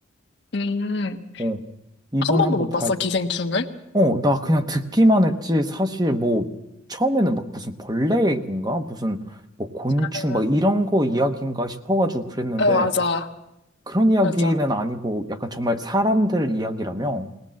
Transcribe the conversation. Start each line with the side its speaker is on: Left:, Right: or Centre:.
Left: 음.
Right: 어, 이번에
Left: 한 번도
Right: 한번
Left: 못
Right: 봐야,
Left: 봤어, 기생충을?
Right: 어, 나 그냥 듣기만 했지. 사실 뭐, 처음에는 막 무슨 벌레 얘기인가? 무슨 뭐 곤충
Left: 아,
Right: 막 이런 거 이야기인가 싶어가지고 그랬는데
Left: 어, 맞아,
Right: 그런 이야기는
Left: 맞아.
Right: 아니고 약간 정말 사람들 이야기라며?